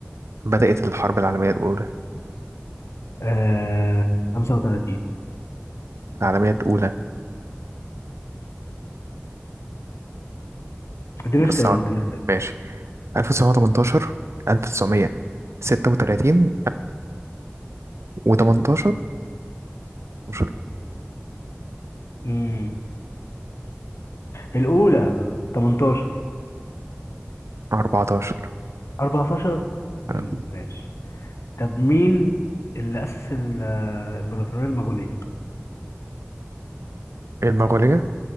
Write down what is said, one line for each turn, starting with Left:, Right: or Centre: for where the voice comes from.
Right: بدأت الحرب العالمية الأولى
Left: آه 35
Right: العالمية الأولى
Left: اديني
Right: بص
Left: اختيارات
Right: أهو.
Left: اديني اختيارات
Right: ماشي 1918 1936 1918 و1914
Left: امم الأولى 18
Right: 14
Left: 14
Right: آه.
Left: امم ماشي طب مين اللي أسس ال- آه، الإمبراطورية المغولية؟
Right: المغولية